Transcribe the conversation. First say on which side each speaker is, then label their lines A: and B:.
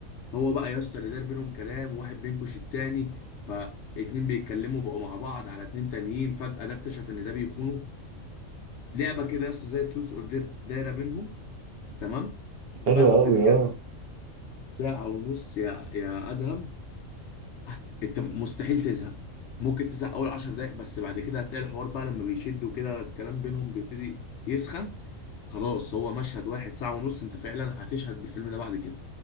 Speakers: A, on the left (about 65°); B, on the right (about 55°).
A: هو بقى يا اسطى اللي دار بينهم كلام وواحد بينكش التاني فاتنين بيتكلموا بقوا مع بعض على اتنين تانيين فجأة ده اكتشف ان ده بيخونه لعبة كده يا اسطى زي تروس اوردر دايرة بينهم تمام بس
B: حلو قوي
A: بجد
B: اه
A: ساعة ونص يا يا ادهم هت... انت مستحيل تزهق ممكن تزهق اول عشر دقايق بس بعد كده هتلاقي الحوار بقى لما بيشد وكده الكلام بينهم بيبتدي يسخن خلاص هو مشهد واحد ساعة ونص انت فعلا هتشهد بالفيلم ده بعد كده